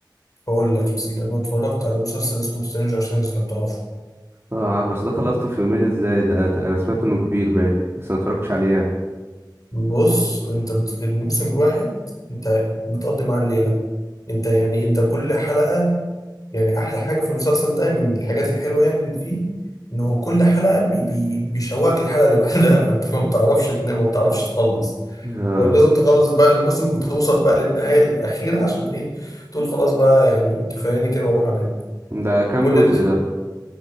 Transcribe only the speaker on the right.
اه عارف بس ده خلصته في يومين ازاي ده انا سمعت انه كبير باين بس ما اتفرجتش عليه يعني
اه
ده كام
جزء
ده